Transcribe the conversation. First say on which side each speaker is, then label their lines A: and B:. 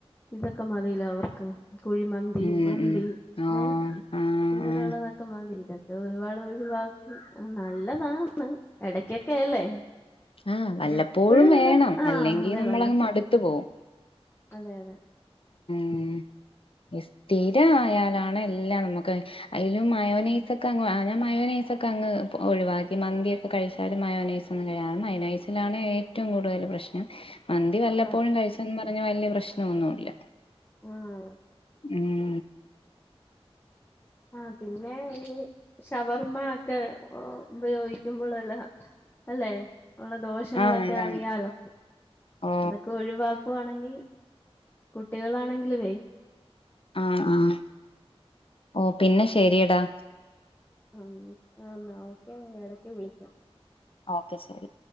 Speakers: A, on the left (about 20°); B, on the left (about 60°).
A: ഇതൊക്കെ മതിലെഅവർക്ക് കുഴിമന്തി
B: ഉം
A: മന്തി
B: ഉം ആഹ്
A: ഏ
B: ആഹ്
A: ഇങ്ങനെയുള്ളതൊക്കെ
B: ആഹ്
A: മതിലെ ഒരുപാട് ഒഴിവാക് നല്ലതാാണ് എടക്കൊക്കെ അല്ലേ
B: ആ് വല്ലപ്പോഴും
A: എപ്പോഴും
B: വേണം
A: ഇങ്ങനെ ആഹ്
B: അല്ലെങ്കിൽ
A: അതെ
B: നമ്മളങ്ങ്
A: വല്ലപ്പോ
B: മടുത്തു പോകും
A: അതെ അതെ
B: ഉം തീര ആയാലാണ് എല്ലാം നമുക്ക് അതിലും മയോനൈസൊക്കെ അങ്ങ് ഞാൻ മയോനൈസൊക്കെ അങ്ങ് ഒഴിവാക്കി മന്തിയൊക്കെ കഴിച്ചാലും മയോനൈസ് നാ മയനൈസിലാണ് ഏറ്റവും കൂടുതൽ പ്രശ്നം മന്തി വല്ലപ്പോഴും
A: അതെ
B: കഴിച്ചെന്ന് പറഞ്ഞ് വല്യപ്രശ്നൊന്നുല്ല
A: ആ അതെ
B: ഉം
A: ആ പിന്നെ ഈ ഷവർമ്മ ഒക്ക ഉപയോഗിക്കുമ്പോളെല്ല അല്ലെ ഉള്ള ദോഷങ്ങളൊക്കെ
B: ആഹ് അതാണ്
A: അറിയാലോ
B: ഓ
A: അതൊക്കെ ഒഴിവാ നക്കുവാണെങ്കിൽ കുട്ടികളാണെങ്കില വേ
B: ആഹ ആഹ ഓ പിന്നെ ശരിയടാ
A: ആ ആാ ഓക്കെ ഇങ്ങ ഇടക്ക് വിളിക്കും
B: ഓക്കെ ശരി